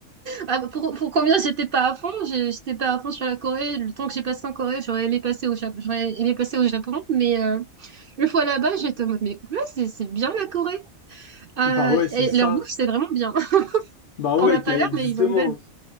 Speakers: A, on the right (about 50°); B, on the left (about 75°).
A: Ah, pour, pour combien j'étais pas à fond, j'ai- j'étais pas à fond sur la Corée. Le temps que j'ai passé en Corée, j'aurais aimé passer au Japon, j'aurais aimé passer au Japon, mais euh, une fois là-bas, j'étais en mode, mais ouais, c'est, c'est bien la Corée. Euh,
B: Bah ouais, c'est
A: et
B: ça.
A: leur bouffe, c'est vraiment bien. <laughs>
B: Bah
A: T'en
B: ouais,
A: as pas
B: t'as-
A: l'air,
B: justement.
A: mais ils ont une belle bouffe.